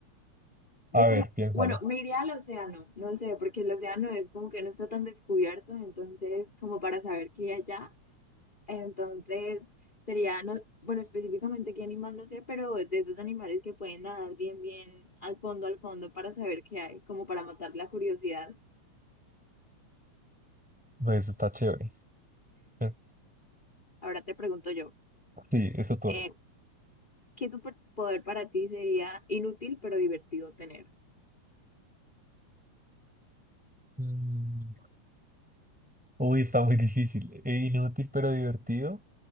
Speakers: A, on the left; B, in the centre.
A: Yo
B: A
A: creo,
B: ver, piénsalo.
A: bueno, me iría al océano, no sé, porque el océano es como que no está tan descubierto, entonces como para saber qué hay allá. Entonces, sería, no, bueno, específicamente qué animal no sé, pero de esos animales que pueden nadar bien, bien al fondo, al fondo para saber qué hay, como para matar la curiosidad.
B: No, eso está chévere. Es-
A: Ahora te pregunto yo,
B: Sí, es tu turno.
A: eh, ¿qué superpoder para ti sería inútil pero divertido tener?
B: Mm, Uy, está muy <laughs> difícil. E inútil, pero divertido.